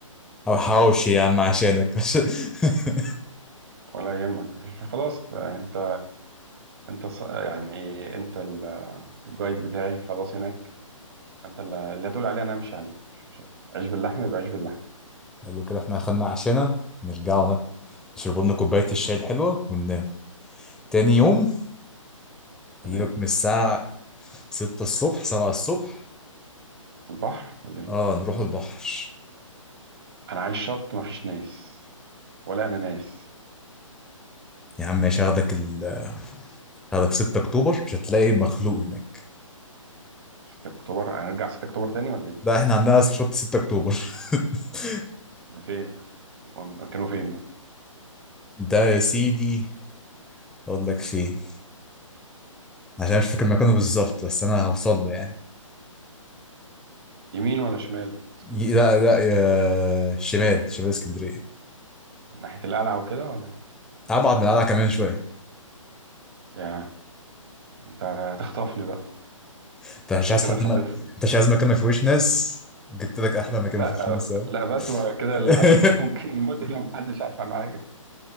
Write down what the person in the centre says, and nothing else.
او حواوشي يا عم عشانك <laughs>
حلو كده احنا اخدنا عشانا نرجعوا نا- نشرب لنا كوباية الشاي الحلوة وننام تاني يوم
نجيبك من الساعة 6 الصبح 7 الصبح
اه نروح البحر
يا عم ماشي هاخدك ال هاخدك 6 اكتوبر مش هتلاقي مخلوق هناك
ده احنا عندنا شط 6 اكتوبر <laughs>
ده يا سيدي اقول لك فين عشان مش فاكر مكانه بالظبط بس انا هوصل له يعني
ي- لا لا يا شمال شمال اسكندرية
ابعد من القلعة كمان شوية
انت مش
عايز حد
ما انت مش عايز مكان ما فيهوش ناس جبت لك احلى مكان
ما فيهوش ناس اهو
<laughs>